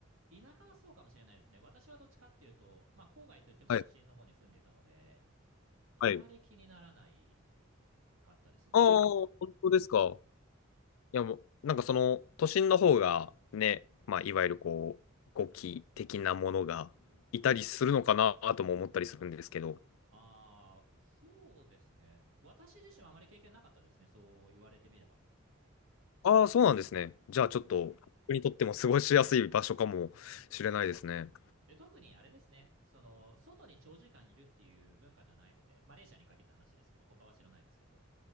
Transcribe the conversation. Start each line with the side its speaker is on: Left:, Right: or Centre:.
Right: 田舎はそうかもしれないですね。私はどっちかっていうと、まあ郊外といっても都心の方に住んでいたので、
Left: はい。
Right: あまり気にならないかったですね。
Left: はい。ああ、本当ですか。いやもう、なんかその都心の方がね、まあいわゆるこう、ゴキ的なものがいたりするのかなとも思ったりするんですけど、
Right: ああ、そうですね。私自身はあまり経験なかったですね。そう言われてみれば。
Left: ああ、そうなんですね。じゃあちょっと、
Right: はい。
Left: 僕にとっても過ごしやすい場所かもしれないですね。
Right: はい、で特にあれですねその、外に長時間いるっていう文化じゃないので、マレーシアに限った話ですけど、他は知らないですけど、